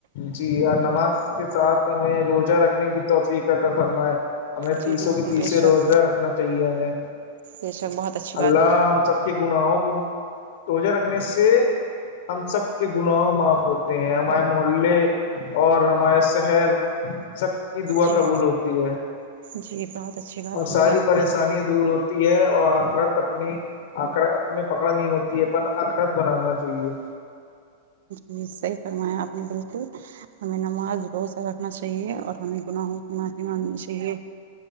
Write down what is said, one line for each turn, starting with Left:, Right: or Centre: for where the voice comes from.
Left: جی اور نماز کے ساتھ ہمیں روزہ رکھنے کی توفیق تھا فرمائے ہمیں
Right: جی
Left: تیسوں
Right: بالکل
Left: کے تیسے
Right: بے شک
Left: روزہ رکھنا چاہیے ہمیں
Right: بے ش بہت اچھا
Left: اللہ ہم سب کے گناہوں کو توجہ رکھنے سے ہم سب کے گناہ معاف ہوتے ہیں ہمارے محلے اور ہمارے شہر سب کی دعا
Right: جی
Left: قبول ہوتی ہے
Right: جی بہت اچھی بات
Left: اور
Right: بولی
Left: ساری
Right: آپ
Left: پریشانییا
Right: نے
Left: دور ہوتی تی ہے اور آخرت اپنی آخرت میں پکڑ نہیں ہوتی ہے اپن آخرت بنانا چاہیے
Right: جی صحیح فرمایا آپ نے بالکل ہمیں نماز روز اگھنا چاہیے اور ہمیں گناہ گنفی مانگنی چاہیے